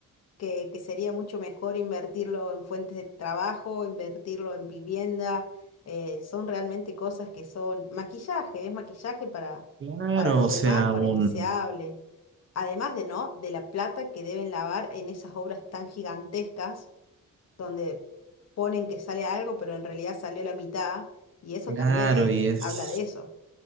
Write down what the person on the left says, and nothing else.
que, que sería mucho mejor invertirlo en fuentes de trabajo, invertirlo en vivienda, eh, son realmente cosas que son maquillaje, es maquillaje para,
para los
demás,
para
que se hable. Además de no, de la plata que deben lavar en esas obras tan gigantescas, donde ponen que sale algo, pero en realidad salió la mitad, y eso
también es,
habla de eso.